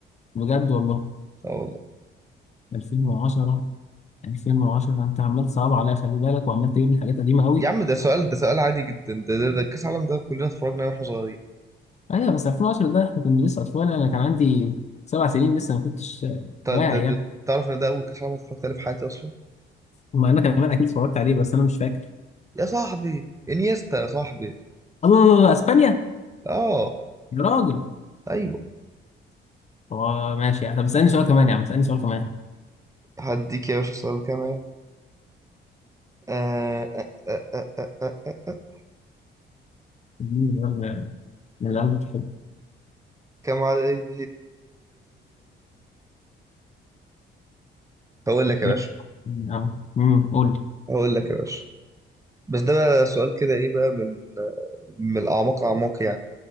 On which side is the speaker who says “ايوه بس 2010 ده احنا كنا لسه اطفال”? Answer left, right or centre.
Left